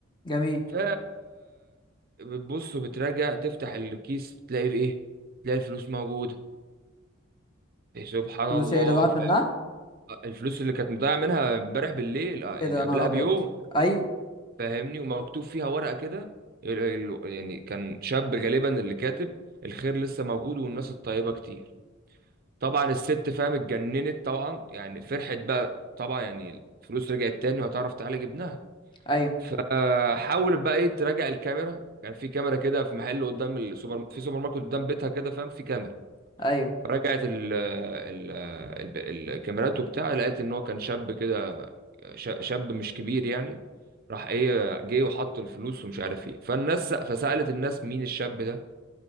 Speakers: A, on the left (about 20°); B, on the right (about 45°).
A: جميل
B: ف بتبص وبتراجع تفتح الكيس تلاقي في ايه تلاقي الفلوس موجوده إيه سبحان
A: فلوس
B: الله
A: ايه اللي ضاعت
B: ف-
A: منها
B: الفلوس اللي كانت مضيعه منها امبارح بالليل آه، يعني
A: ايه ده يا
B: قبلها
A: نهار ابيض
B: بيوم
A: ايوه
B: فاهمني ومكتوب فيها ورقة كده ال- ال- يعني كان شاب غالبا اللي كاتب الخير لسه موجود والناس الطيبة كتير طبعا الست فاهم اتجننت طبعا يعني فرحت بقى طبعا يعني الفلوس رجعت تاني وهتعرف تعالج ابنها
A: ايوه
B: فحاولت بقى ايه تراجع الكاميرا كان في كاميرا كده في محل قدام السوبر في سوبر ماركت قدام بيتها كده فاهم في كاميرا
A: ايوه
B: فرجعت ال ال ال- ال- الكاميرات وبتاع لقيت ان هو كان شاب كده ش- شاب مش كبير يعني راح ايه جه وحط الفلوس ومش عارف ايه فالناس فسألت الناس مين الشاب ده